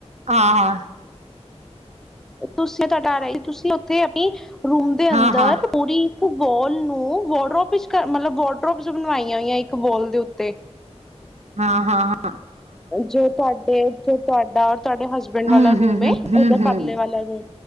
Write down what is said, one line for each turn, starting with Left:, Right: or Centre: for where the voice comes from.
Right: ਹਾਂ ਹਾਂ
Centre: ਤੁਸੀਂ ਤੁਹਾਡਾ ਲਈ ਤੁਸੀਂ ਉੱਥੇ ਆਪਣੀ ਰੂਮ ਦੇ
Right: ਹਾਂ-ਹਾਂ,
Centre: ਅੰਦਰ ਪੂਰੀ ਬੋਲ ਨੂੰ ਵਾਰਡਰੋਪ ਵਿੱਚ ਕਰ ਮਤਲਬ ਵਡਰੋ ਟਪ ਬਣਵਾਈਆਂ ਹੋਈਆ ਇੱਕ ਵੋਲ ਦੇ ਉੱਤੇ ਤੇ <inaudible>
Right: ਹਾਂ ਹਾਂ ਹਾਂ
Centre: ਜੋ ਤੁਹਾਡੇ ਤੁਹਾਡਾ ਤੁਹਾਡੇ ਹਸਬੈਂਡ
Right: ਹੂੰ,
Centre: ਵਾਲਾ
Right: ਹੂੰ,
Centre: ਰੂਮ
Right: ਹੂੰ, ਹੂੰ,
Centre: ਓਦਾ
Right: ਹੂੰ
Centre: ਪਰਲੇ ਵਾਲਾ ਰੂਮ